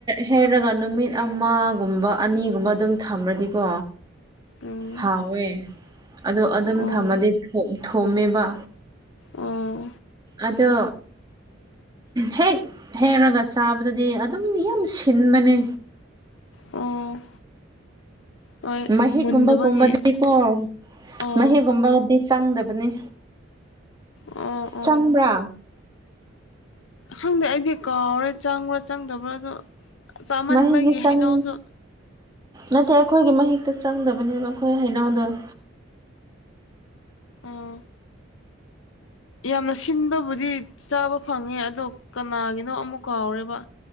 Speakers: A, on the right (about 20°); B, on the left (about 70°).
A: ꯍꯩꯔꯒ ꯅꯨꯃꯤꯠ ꯑꯃꯒꯨꯝꯕ ꯑꯅꯤꯒꯨꯝꯕ ꯑꯗꯨꯝ ꯊꯝꯃꯗꯤꯀꯣ
B: ꯎꯝ
A: ꯍꯥꯎꯋꯦ ꯑꯗꯣ ꯑꯗꯨꯝ
B: ꯑꯣ
A: ꯊꯝꯃꯗꯤ ꯊꯣꯝꯃꯦꯕ
B: ꯑꯥ
A: ꯑꯗꯣ ꯍꯦꯛ ꯍꯦꯛꯔꯒ ꯆꯥꯕꯗꯗꯤ ꯑꯗꯨꯝ ꯌꯥꯝ ꯁꯤꯟꯕꯅꯦ
B: ꯑꯣ ꯍꯣꯏ
A: ꯃꯍꯤꯛꯒꯨꯝꯕꯒꯨꯝꯕꯗꯤꯀꯣ
B: ꯃꯨꯟꯗꯕꯒꯤ ꯑꯣ
A: ꯃꯍꯤꯒꯨꯝꯕꯗꯤ ꯆꯪꯗꯕꯅꯤ
B: ꯑꯣ ꯑꯣ
A: ꯆꯪꯕ꯭ꯔꯥ
B: ꯈꯪꯗꯦ ꯑꯩꯗꯤ ꯀꯥꯎꯔꯦ ꯆꯪꯕ꯭ꯔꯥ ꯆꯪꯗꯕ꯭ꯔꯥꯗ ꯆꯥꯃꯟꯕꯒꯤ
A: ꯃꯍꯤꯒꯤ ꯆꯪ
B: ꯍꯩꯅꯧꯁꯨ
A: ꯅꯠꯇꯦ ꯑꯩꯈꯣꯏꯒꯤ ꯃꯍꯤꯛꯇ ꯆꯪꯗꯕꯅꯦꯕ ꯑꯩꯈꯣꯏ ꯍꯩꯅꯧꯗꯣ
B: ꯑꯥ ꯌꯥꯝꯅ ꯁꯤꯟꯕꯕꯨꯗꯤ ꯆꯥꯕ ꯐꯪꯉꯦ ꯑꯗꯣ ꯀꯅꯥꯒꯤꯅꯣ ꯑꯃꯨꯛ ꯀꯥꯎꯔꯦꯕ